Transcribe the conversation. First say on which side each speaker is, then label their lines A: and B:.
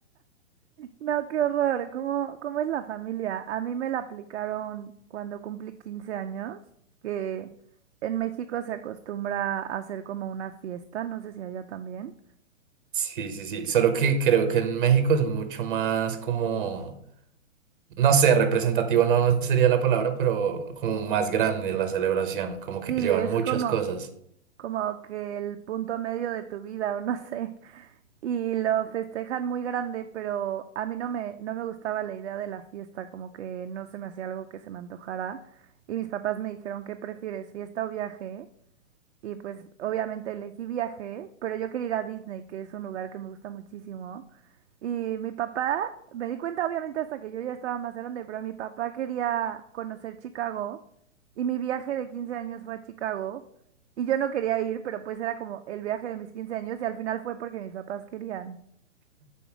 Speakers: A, on the right; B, on the right.
A: No, qué horror. ¿Cómo, cómo es la familia? A mí me la aplicaron cuando cumplí 15 años, que en México se acostumbra a hacer como una fiesta, no sé si allá también.
B: Sí, sí, sí, solo que creo que en México es mucho más como, no sé, representativo no sería la palabra, pero como más grande la celebración, como que
A: Sí,
B: llevan
A: es
B: muchas
A: como...
B: cosas.
A: como que el punto medio de tu vida o no sé, y lo festejan muy grande, pero a mí no me, no me gustaba la idea de la fiesta, como que no se me hacía algo que se me antojara, y mis papás me dijeron, ¿qué prefieres, fiesta o viaje? Y pues obviamente elegí viaje, pero yo quería ir a Disney, que es un lugar que me gusta muchísimo. Y mi papá, me di cuenta obviamente hasta que yo ya estaba más grande, pero mi papá quería conocer Chicago y mi viaje de 15 años fue a Chicago y yo no quería ir, pero pues era como el viaje de mis 15 años y al final fue porque mis papás querían.